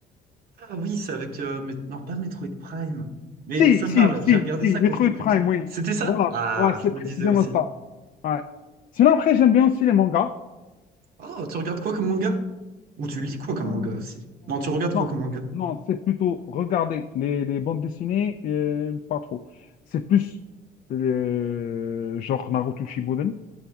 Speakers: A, on the right (about 60°); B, on the left (about 50°).
A: Ah oui, c'est avec... euh, mais- Non, pas Metroid Prime. Mais
B: Si,
A: ça
B: si,
A: me parle,
B: si,
A: j'ai regardé
B: si,
A: ça
B: Metroid
A: quand j'étais plus
B: Prime,
A: petit.
B: oui.
A: C'était ça?
B: Voilà,
A: Ah,
B: ouais, c'est
A: je
B: précisément
A: me disais aussi.
B: ça. Ouais. Sinon, après, j'aime bien aussi les mangas.
A: Oh, tu regardes quoi comme manga? Ou tu lis quoi comme
B: Euh,
A: manga aussi? Non, tu regardes
B: Non,
A: quoi comme manga?
B: non, c'est plutôt regarder les, les bandes dessinées, euh, pas trop. C'est plus le genre Naruto Shippuden.